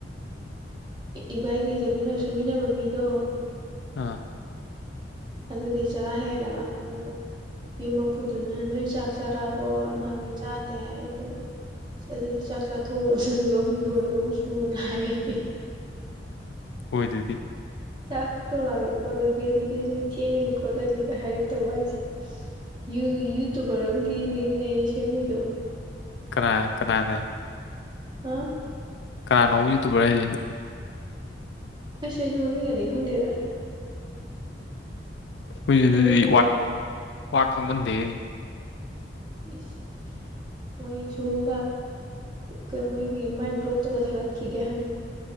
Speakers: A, on the right; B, on the left.
A: ꯏꯕꯥꯏꯒꯤ ꯆꯠꯃꯤꯟꯅ ꯁꯨꯃꯤꯟꯅꯕ ꯃꯤꯗꯣ
B: ꯑꯥ
A: ꯑꯗꯨꯗꯤ ꯆꯔꯥ ꯍꯦꯜꯂꯕ ꯑꯗꯨꯒ ꯌꯨꯝ ꯃꯄꯨꯗꯨꯅ ꯅꯣꯏ ꯆꯥꯛ ꯆꯥꯔꯛꯑꯕꯣ ꯅꯪꯉ ꯆꯥꯗꯦ ꯍꯥꯏ ꯑꯗꯨꯒ ꯑꯗꯨꯗꯤ ꯆꯥꯛ ꯆꯥꯊꯣꯛꯑꯗꯨꯒ ꯑꯃꯨꯛ ꯂꯣꯏꯔꯒ ꯑꯃꯨꯛ ꯁꯨꯑꯣꯅ ꯍꯥꯏꯌꯦ
B: ꯍꯣꯏ ꯑꯗꯨꯗꯤ
A: ꯆꯥꯛ ꯇꯧꯔꯛꯑꯒꯦ ꯈꯣꯠꯂꯒꯦ ꯑꯗꯨꯗꯤ ꯅꯣꯏ ꯊꯦꯡꯉꯅꯤ ꯈꯣꯠꯂꯅꯤꯒ ꯍꯥꯏꯔꯛꯇꯕ ꯍꯥꯏꯁꯦ ꯌ ꯌꯨꯇꯨꯕꯔ ꯑꯃꯒꯤ ꯃꯌꯨꯝꯅꯦ ꯁꯦꯝꯃꯨꯣꯏꯗꯣ
B: ꯀꯅꯥ ꯀꯅꯥꯅꯦ
A: ꯍꯥꯥ
B: ꯀꯅꯥꯅꯣ ꯌꯨꯇꯨꯕꯔ ꯍꯥꯏꯗꯤ
A: ꯑꯁ ꯑꯩꯁꯁꯨ ꯃꯃꯤꯡꯒꯗꯤ ꯈꯪꯗꯦꯗ
B: ꯑꯩꯈꯣꯏꯗꯤ
A: ꯑꯗꯨꯗꯨꯒ
B: ꯋꯥ ꯈꯪꯃꯟꯗꯦ
A: ꯏꯁ ꯃꯣꯏ ꯁꯨꯕ ꯀꯥꯟꯗ ꯃꯣꯏꯒꯤ ꯃꯥꯏ ꯕ꯭ꯂꯣꯛꯇꯒ ꯊꯥꯒꯠꯈꯤꯒꯦ ꯍꯥꯏꯕꯅꯤ